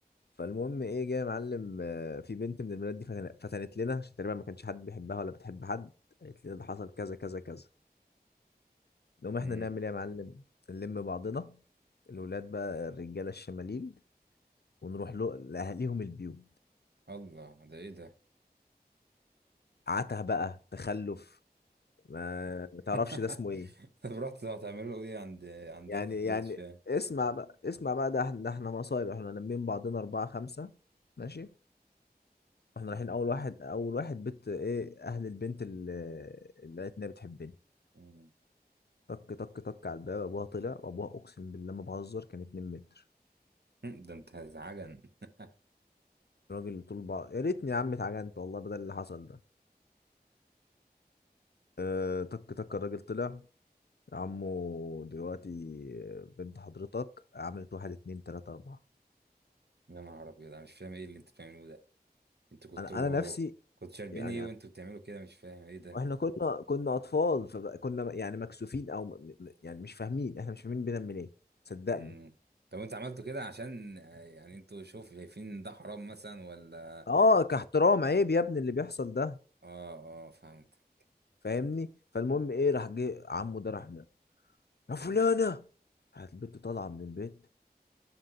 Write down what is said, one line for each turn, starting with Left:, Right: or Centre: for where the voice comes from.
Left: فالمهم إيه جاي يا معلم آه، في بنت من البنات دي فتن- فتنت لنا عشان تقريبا ما كانش حد بيحبها ولا بتحب حد قالت لنا ده حصل كذا كذا كذا نقوم
Right: امم
Left: إحنا نعمل إيه يا معلم نلم بعضنا الولاد بقى الرجالة الشمالين ونروح له لأهاليهم البيوت
Right: الله ده ايه ده
Left: عته بقى تخلف ما ما تعرفش
Right: <laughs>
Left: ده اسمه إيه
Right: طب رحت هتعملوا ايه عند عندهم
Left: يعني
Right: في البيوت
Left: يعني
Right: مش فاهم
Left: اسمع بقى اسمع بقى ده احنا ده احنا مصايب احنا لمين بعضنا أربعة خمسة ماشي واحنا رايحين أول واحد أول واحد بيت إيه أهل البنت اللي اللي قالت إنها بتحبني
Right: مم.
Left: طك طك طك على الباب أبوها طلع وأبوها أقسم بالله ما بهزر كان 2 متر
Right: <laughs> ده انت هزعجن <laughs>
Left: الراجل طول بقى يا ريتني يا عم اتعجنت والله بدل اللي حصل ده اه طك طك الراجل طلع يا عمو دلوقتي بنت حضرتك عملت واحد اتنين تلاتة أربعة
Right: يا نهار ابيض انا مش فاهم ايه اللي انتوا بتعملوه ده انتوا كنتوا
Left: أنا أنا نفسي
Right: كنتوا شاربين
Left: يعني
Right: ايه وانتوا بتعملوا كده مش فاهم ايه ده
Left: واحنا كنا كنا اطفال فكنا يعني مكسوفين او م... م- يعني مش فاهمين احنا مش فاهمين بنعمل ايه صدقني
Right: مم. طب انتوا عملتوا كده عشان آه، يعني انتوا شوف شايفين ده حرام مثلا ولا
Left: اه كاحترام عيب يا ابني اللي بيحصل ده
Right: اه اه فهمت
Left: فاهمني فالمهم ايه راح جه عمه ده راح م- يا فلانه راحت البت طالعه من البيت